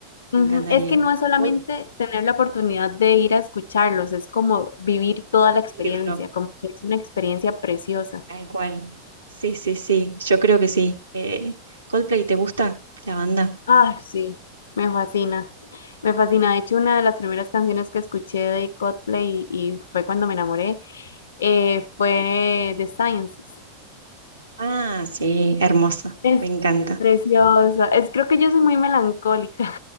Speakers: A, on the left; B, on the right.
A: ujú.
B: Me encantaría
A: Es que no es solamente
B: Coldplay,
A: tener la oportunidad de ir a escucharlos, es como vivir toda la experiencia,
B: vivirlo,
A: como que es una experiencia preciosa.
B: tal cual. Sí, sí, sí. Yo creo que sí. Eh, Coldplay, ¿te gusta la banda?
A: Ay, sí, me fascina, me fascina. De hecho, una de las primeras canciones que escuché de Coldplay y, y fue cuando me enamoré, eh, fue The Sciences.
B: Ah, sí, hermosa.
A: Es
B: Me encanta.
A: preciosa, es creo que yo soy muy melancólica.